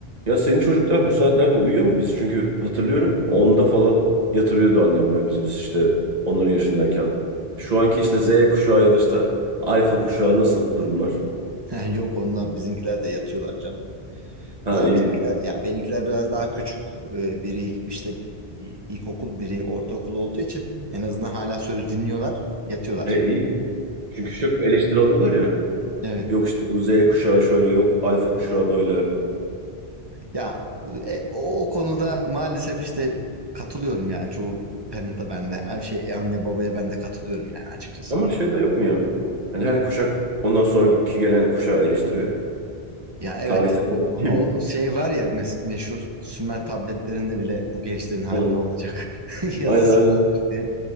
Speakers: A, on the right; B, on the right.
A: Ya senin çocuklar bu saatlerde uyuyor mu biz? Çünkü hatırlıyorum onda falan yatırıyordu annemler biz biz işte onların yaşındayken. Şu anki işte Z kuşağı ya da işte alfa kuşağı nasıl durumlar?
B: <laughs> Yok onlar bizimkiler de yatıyorlar canım.
A: Ha
B: Daha
A: iyi.
B: bizimkiler ya benimkiler biraz daha küçük. Ee, Biri işte i- ilkokul, biri ortaokul olduğu için en azından hala söz dinliyorlar, yatıyorlar.
A: E iyi. Çünkü çok eleştiri alıyorlar ya.
B: Evet.
A: Yok işte bu Z kuşağı şöyle, yok alfa kuşağı böyle.
B: Ya e, o, o konuda maalesef işte katılıyorum yani çoğu parent'a ben de. Ay, Şey anne babaya ben de katılıyorum yani açıkçası.
A: Ama şey de yok mu ya? Hani her kuşak ondan sonraki gelen kuşağı eleştiriyor ya.
B: Ya evet
A: Tarihsel bir olgu değil
B: o
A: mi?
B: şey var ya mes- meşhur Sümer tabletlerinde bile bu gençlerin hali
A: Ha.
B: ne olacak <laughs> yazısı
A: Aynen aynen.
B: var diye.